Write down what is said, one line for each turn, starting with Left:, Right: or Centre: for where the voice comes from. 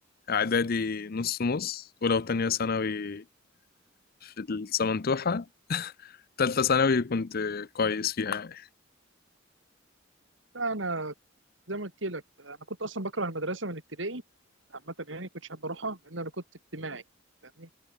Left: اعدادي نص نص ولو تانية ثانوي في السمنتوحه تالتة ثانوي كنت كويس فيها يعني.
Right: لا، انا زي ما قلت لك انا كنت اصلا بكره المدرسه من ابتدائي عامه يعني كنتش حابب اروحها لان انا كنت اجتماعي فاهمني